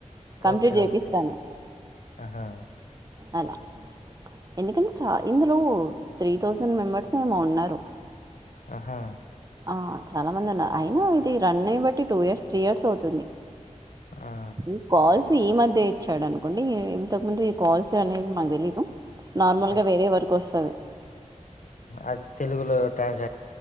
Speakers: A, on the right; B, on the left.
A: కంప్లీట్
B: ఓకే
A: చేపిస్తాను
B: ఓకే ఆహా
A: అలా ఎందుకంటే చ ఇందులో త్రీ థౌజండ్ మెంబర్స్ ఏమో ఉన్నారు
B: ఆహా
A: ఆ చాలా మంది అన్నారు అయినా ఇది రన్ అయ బట్టి టూ ఇయర్స్ త్రీ ఇయర్స్ అవుతుంది
B: ఆ
A: ఈ కాల్స్ ఈ మధ్య ఇచ్చాడు అనుకోండి ఇంతకు ముందు ఈ కాల్స్ అనేది మాకు తెలీదు నార్మల్
B: ఓకే
A: గా వేరే వరకు వస్తంది
B: అది తెలుగులో ట్రాన్స్